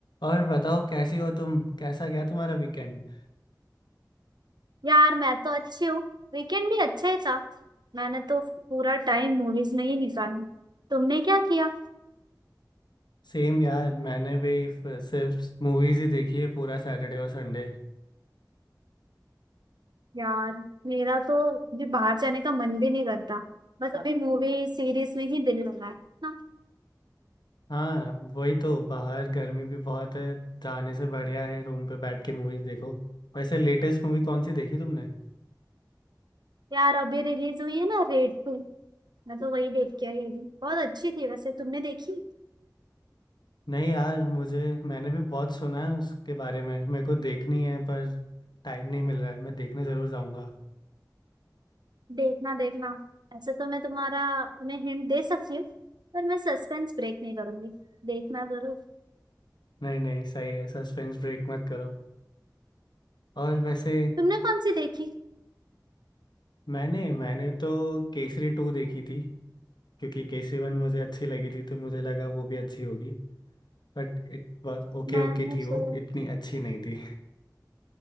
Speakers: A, on the left; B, on the right.
A: और बताओ कैसी हो तुम कैसा गया तुम्हारा वीकेंड
B: यार मैं तो अच्छी हूँ वीकेंड भी अच्छा ही था मैंने तो पूरा टाइम मूवीज में ही निकाला तुमने क्या किया
A: सेम यार मैंने भी फ- सिर्फ मूवीज ही देखी है पूरा सैटरडे और संडे
B: यार मेरा तो भी बाहर जाने का मन भी नहीं करता बस अभी मूवी सीरीज में ही दिल लगा है ना
A: हाँ वही तो बाहर गर्मी भी बहुत है जाने से बढ़िया है रूम पे बैठ के मूवीज देखो वैसे लेटेस्ट मूवी कौन सी देखी तुमने
B: यार अभी रिलीज हुई है ना रेड टू मैं तो वही देख के आई अभी बहुत अच्छी थी वैसे तुमने देखी
A: नहीं यार मुझे मैंने भी बहुत सुना है उसके बारे में मेरे को देखनी है पर टाइम नहीं मिल रहा है मैं देखने ज़रूर जाऊंगा
B: देखना देखना ऐसे तो मैं तुम्हारा मैं हिंट दे सकती हूँ पर मैं सस्पेंस ब्रेक नहीं करूंगी देखना जरूर
A: नहीं नहीं सही है सस्पेंस ब्रेक मत करो और वैसे
B: तुमने कौन सी देखी
A: मैंने मैंने तो केसरी टू देखी थी क्योंकि केसरी वन मुझे अच्छी लगी थी तो मुझे लगा वो भी अच्छी होगी But it was okay
B: मैंने
A: Okay थी वो
B: तो
A: इतनी अच्छी नहीं थी